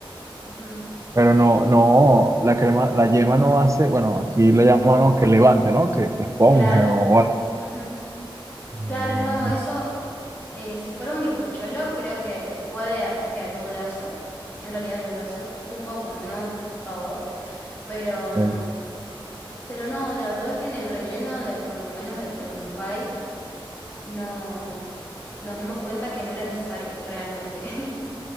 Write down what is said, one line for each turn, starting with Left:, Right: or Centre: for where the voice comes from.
Left: Ujú.
Right: Pero
Left: Eh,
Right: no, no, la crema, la yema no hace, bueno, aquí le llamamos que levante, ¿no? Que, que esponje
Left: claro,
Right: o algo.
Left: ujú. Claro,
Right: No,
Left: no, eso, eh, si fuera un bizcochuelo, creo que puede a- que ayude a eso. En realidad ayuda a eso, un poco, no todo. Pero
Right: ok.
Left: mm, Pero no, la verdad que en el relleno de, por lo menos del lemon pie, no nos dimos cuenta que no era necesario realmente. <laughs>